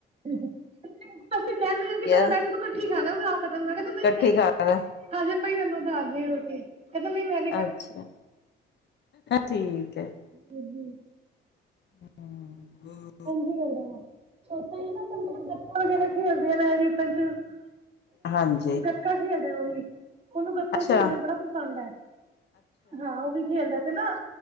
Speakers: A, on the right; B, on the left.
A: ਅਸੀਂ ਕਹਿਣੇ ਆ ਕਿ
B: ਯ
A: ਦੋ ਟੈਮ ਕੱਠੀ ਖਾ ਲੈ ਫੇਰ ਉਦਾਰ ਖ਼ਤਮ ਕਰ, ਕਹਿੰਦਾ
B: ਇਕੱਠੀ
A: ਨਹੀਂ ਨਹੀਂ
B: ਕਰ
A: ਹਜੇ ਪਈ ਰਹਿਣ ਦੋ ਉਧਾਰ ਦੀ ਰੋਟੀ, ਕਹਿੰਦਾ ਨਹੀਂ ਮੈਂ ਨੀ
B: ਅੱਛਾ, ਠੀਕ ਏ
A: ਜੀ ਜੀ
B: ਹੁੰ, <unintelligible>
A: ਇੰਝ ਹੀ ਲੱਗਦਾ ਐ, ਛੋਟਾ ਐ ਨਾ ਵੱਡਾ ਵਗੈਰਾ ਖੇਲਦੇ‌ <unintelligible>
B: ਹਾਂਜੀ।
A: ਗੱਤਕਾ ਖੇਡਦਾ ਉਹ ਵੀ, ਉਹਨੂੰ ਗਤਕਾ
B: ਅੱਛਾ
A: ਖੇਡਣਾ ਬੜਾ ਪਸੰਦ ਐ, ਹਾਂ ਉਹ ਵੀ ਖੇਲਦਾ ਤੇ ਨਾ